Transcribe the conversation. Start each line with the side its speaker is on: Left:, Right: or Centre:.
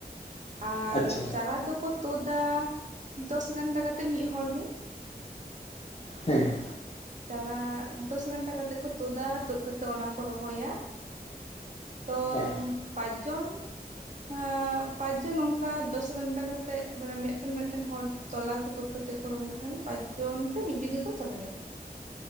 Right: ᱟᱨ
Left: ᱟᱪᱪᱷᱟ
Right: ᱪᱟᱨᱟ ᱫᱚᱠᱚ ᱛᱩᱫᱟ ᱫᱚᱥ ᱜᱟᱱᱰᱟ ᱠᱟᱛᱮᱜ ᱢᱤᱫ ᱦᱚᱲ ᱜᱮ᱾
Left: ᱦᱮᱸ
Right: ᱪᱟᱨᱟᱻ ᱫᱚᱥ ᱜᱟᱱᱰᱟ ᱠᱟᱛᱮᱫ ᱠᱚ ᱛᱩᱫᱟ, ᱛᱩᱫ ᱠᱟᱛᱮᱜ ᱚᱱᱟᱠᱚ ᱨᱚᱦᱚᱭᱟ᱾ ᱛᱚ,
Left: ᱦᱮᱸ
Right: ᱯᱟᱸᱪ ᱡᱚᱱ᱾ ᱦᱟᱸᱻᱜ ᱯᱟᱸᱪᱡᱚᱱ ᱱᱚᱝᱠᱟ ᱫᱚᱥ ᱜᱟᱱᱰᱟ ᱠᱟᱛᱮᱜ ᱢᱟᱱᱮ ᱢᱮᱫᱴᱮᱱ ᱢᱮᱫᱴᱮᱱ ᱦᱚᱲ ᱛᱚᱞᱟ ᱠᱚ ᱛᱩᱫ ᱠᱟᱛᱮᱫ ᱠᱚ ᱨᱚᱦᱚᱭ ᱞᱮᱠᱷᱟᱱ ᱫᱚ ᱯᱟᱸᱪ ᱡᱚᱱ ᱛᱮ ᱢᱤᱫ ᱵᱤᱜᱷᱟᱹ ᱠᱚ ᱪᱟᱵᱟᱭᱟ᱾